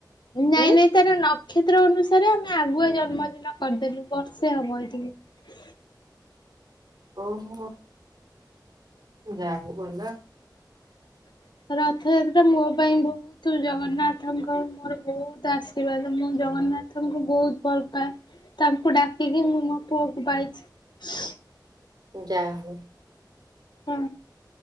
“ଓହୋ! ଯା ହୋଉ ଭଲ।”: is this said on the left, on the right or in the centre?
Right